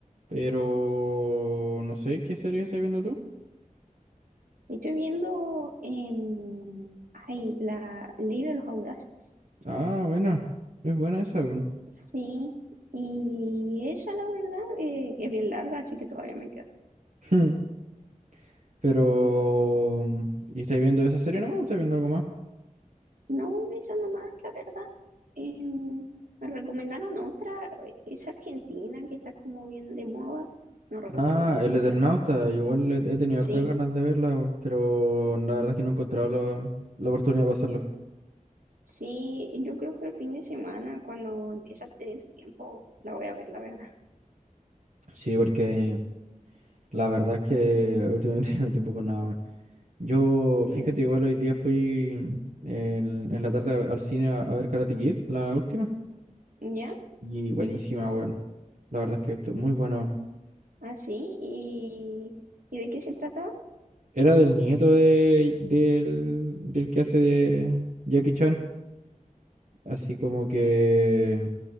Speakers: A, on the right (about 65°); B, on the right (about 80°).
A: pero no sé qué serie estás viendo tú.
B: Estoy viendo, em, ay, la Ley de los Audaces.
A: Ah, buena, es buena esa, weón.
B: Sí, y esa la verdad eh, es bien larga, así que todavía me queda.
A: <laughs> Pero, ¿y estáis viendo esa serie nomás o estáis viendo algo más?
B: No, esa nomás, la verdad. Em, me recomendaron otra, eh, es argentina, que está como bien de moda. No recuerdo
A: Ah,
B: ni cómo
A: El Eternauta,
B: se llama.
A: yo igual he he tenido
B: Sí,
A: hartas ganas de verla, weón, pero la verdad es que no he encontrado la, la oportunidad para hacerlo.
B: sí, yo creo que el fin de semana, cuando empiece a tener tiempo, la voy a ver, la verdad.
A: Sí, porque la verdad es que últimamente <laughs> no hay tiempo para nada. weón. Yo,
B: Sí,
A: fíjate, igual hoy día fui en, en la tarde a- al cine a, a ver Karate Kid, la última,
B: ya,
A: y buenísima, weón. La verdad es que esto es muy bueno.
B: así, y, ¿y de qué se trata?
A: Era del nieto de, del, del que hace de Jackie Chan, así como que